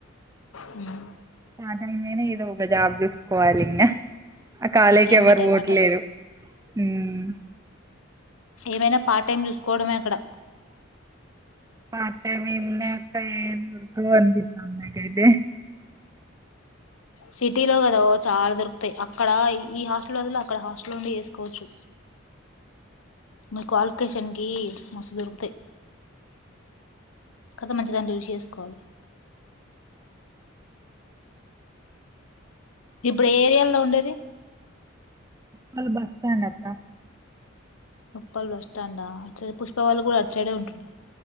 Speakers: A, on the left; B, on the right.
A: హుమ్.
B: స్టార్టింగులోనే ఏదో ఒక జాబు చుసుకోవాలి ఇంకా. ఆ కాలేజ్
A: ఎమ్మట
B: ఎవ్వరుపోవట్లేదు.
A: ఎమ్మట
B: హ్మ్మ్.
A: ఏమైనా పార్ట్ టైం చూసుకోవడమే అక్కడ.
B: పార్ట్ టైమ్ ఏం ఉన్నాయి అక్క ఏం దొరకవు అనిపితాంది నాకు అయితే.
A: సిటీలో కదా ఓ చాలా దొరుకుతాయి అక్కడ ఈ హాస్టల్ వదులు అక్కడ హాస్టల్ నుండి వేసుకోవచ్చు మీ కాల్ లొకేషన్ కి మస్తు దొరుకుతాయి కదా మంచి దాంట్లో ఇవి చేసుకోవాలి ఇప్పుడు ఏ ఏరియాల్లో ఉండేది
B: మల్ బస్ స్టాండ్ అక్కా
A: ఉక్కల్ బస్ స్టాండా సరే పుష్పవాళు కూడా అటు సైడే ఉంటు